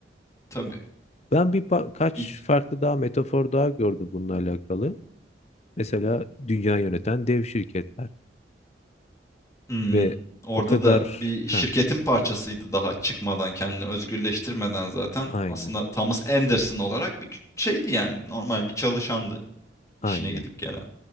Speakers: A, on the left; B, on the left.
A: tabii.
B: Ben bir pa- kaç
A: İlk,
B: farklı daha metafor daha gördüm bununla alakalı. Mesela dünya yöneten dev şirketler
A: hımm,
B: ve
A: orada
B: o kadar
A: da bir
B: ha
A: şirketin parçasıydı daha çıkmadan, kendini özgürleştirmeden zaten.
B: aynen
A: Aslında Thomas Anderson olarak bir şeydi yani normal bir çalışandı işine
B: aynen
A: gidip gelen.